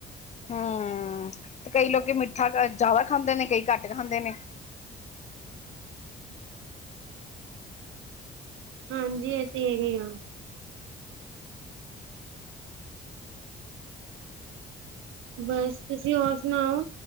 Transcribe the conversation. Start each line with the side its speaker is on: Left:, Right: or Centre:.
Left: ਹਾਂ, ਤੇ ਕਈ ਲੋਕ ਮਿੱਠਾ ਜ਼ਿਆਦਾ ਖਾਂਦੇ ਨੇ, ਕਈ ਘੱਟ ਖਾਂਦੇ ਨੇ।
Right: ਹਾਂਜੀ, ਇਹ ਤੇ ਹੈਗੇ ਆ। ਬਸ, ਤੁਸੀਂ ਹੋਰ ਸੁਣਾਓ।